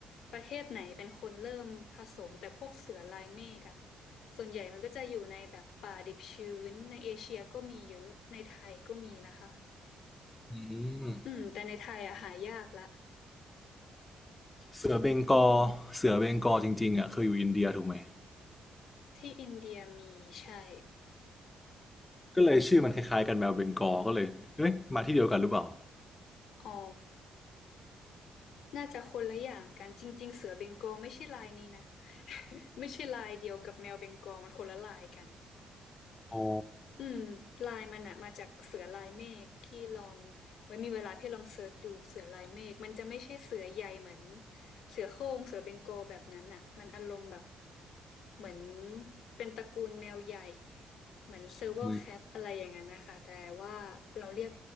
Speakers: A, on the left; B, on the left.
A: ประเทศไหนเป็นคนเริ่มผสมแต่พวกเสือลายเมฆอะส่วนใหญ่มันก็จะอยู่ในแบบป่าดิบชื้นในเอเชียก็มีเยอะในไทยก็มีนะคะ
B: อืม
A: อืมแต่ในไทยอะหายากละ
B: เสือเบงกอลเสือเบงกอลจริงๆอ่ะเคยอยู่อินเดียถูกไหม
A: ที่อินเดียมีใช่
B: ก็เลยชื่อมันคล้ายๆกันแมวเบงกอลก็เลยเอ้ยมาที่เดียวกันหรือเปล่า
A: อ๋อ น่าจะคนละอย่างกันจริงๆเสือเบงกอลไม่ใช่ลายนี้นะ <laughs> ไม่ใช่ลายเดียวกับแมวเบงกอลมันคนละลายกัน
B: อ๋อ
A: อืมลายมันอะมาจากเสือลายเมฆพี่ลองไว้มีเวลาพี่ลองเสิร์ชดูเสือลายเมฆมันจะไม่ใช่เสือใหญ่เหมือนเสือโคร่งเสือเบงกอลแบบนั้นอะมันอารมณ์แบบเหมือนเป็นตระกูลแมวใหญ่เหมือนเซอร์เวอร์แคทอะไรอย่างนั้นนะคะแต่ว่าเราเรียก
B: อืม